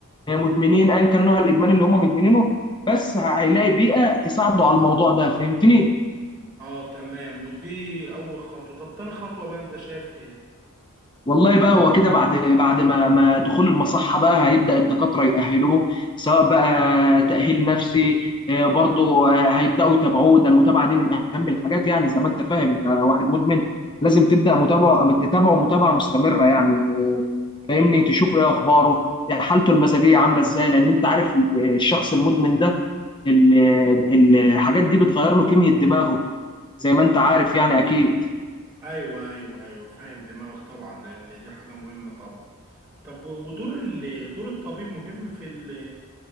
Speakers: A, on the left; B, on the right.
A: مدمنين ايا كان نوع الادمان اللي هم مدمنينه بس هيلاقي بيئه تساعده على الموضوع ده فهمتني
B: اه تمام ودي اول خطوه طب تاني خطوه بقى انت شايف ايه
A: والله بقى هو كده بعد بعد ما ما دخول المصحة بقى هيبدأ الدكاترة يأهلوه سواء بقى تأهيل نفسي آه، برضه آه، هيبدأوا يتابعوه ده المتابعة دي من أهم الحاجات يعني زي ما أنت فاهم أنت واحد مدمن لازم تبدأ متابعة تتابعه متابعة مستمرة يعني آه، فاهمني تشوف إيه أخباره حالته المزاجية عاملة إزاي لأن أنت عارف ال- الشخص المدمن ده ال- الحاجات دي بتغير له كيمياء دماغه زي ما أنت عارف يعني أكيد
B: ايوه ايوه ايوه فاهم دماغك طبعا لان دي حاجه مهمه طبعا طب و- ودور ال... دور الطبيب مهم في ال...